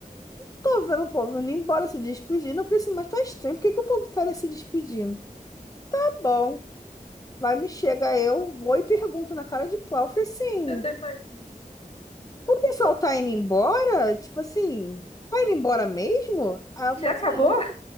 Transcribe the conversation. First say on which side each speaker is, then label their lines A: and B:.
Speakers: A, on the left; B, on the left.
A: Tô vendo o povo indo embora se despedindo. Eu falei assim, mas tá estranho, por que que o povo tá ali se despedindo? Tá bom, vai me chega eu, vou e pergunto na cara de pau. Eu falei assim,
B: Eu tô imaginando.
A: o pessoal tá indo embora? Tipo assim, vai indo embora mesmo? Aí ela
B: Já
A: falou
B: acabou?
A: assim,